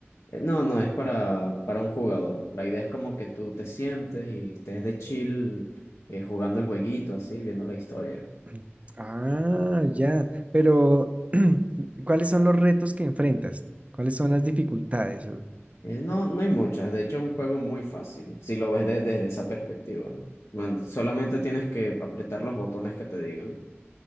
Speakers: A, on the left; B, on the right.
A: No, no, es para, para un jugador. La idea es como que tú te sientes y estés de chill eh, jugando el jueguito, así, viendo la historia.
B: <clears throat> Ah, ya. Pero, <clears throat> ¿cuáles son los retos que enfrentas? ¿Cuáles son las dificultades?
A: Eh, no, no hay muchas, de hecho es un juego muy fácil, si lo ves de- desde esa perspectiva. Bueno, solamente tienes que apretar los botones que te digan.